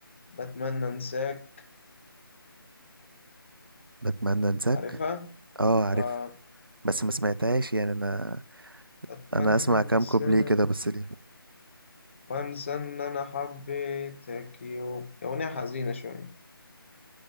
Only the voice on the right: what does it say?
بتمنى انساك
اه عارف
بس ما سمعتهاش يعني انا
انا اسمع
كام كوبليه كده بس ليه